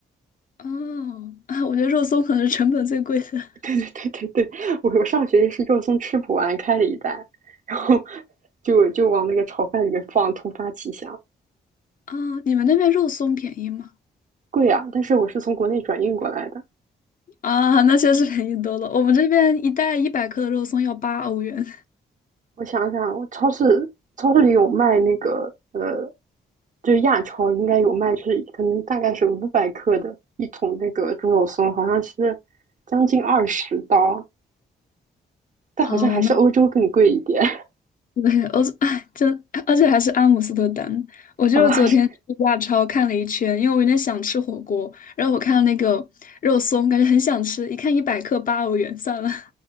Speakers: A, on the left (about 45°); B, on the right (about 40°).
A: 哦，啊，我觉得肉松可能是成本最贵的。
B: 对 <laughs> 对对对对，我我上学期是肉松吃不完，开了一袋，然后就就往那个炒饭里面放，突发奇想，
A: 啊，你们那边肉松便宜吗？
B: 贵啊！但是我是从国内转运过来的。
A: 啊，那确实便宜多了。我们这边一袋一百克的肉松要八欧元。
B: 我想想，我超市超市里有卖那个呃，就是亚超应该有卖，就是可能大概是五百克的一桶那个猪肉松，好像是将近二十刀，但好像还是欧洲更贵一点
A: 啊。那。对，我哎，<laughs> 真，而且还是阿姆斯特丹。我就是昨天去亚超看了一圈，
B: <laughs> 啊，这
A: 因为我有点想吃火锅，然后我看到那个肉松，感觉很想吃，一看一百克八欧元，算了。